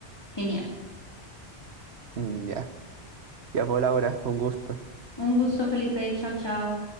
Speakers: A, on the left; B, on the right.
A: genial.
B: Mm, ya, ya por Laura, un gusto.
A: Un gusto, Felipe. Chao, chao.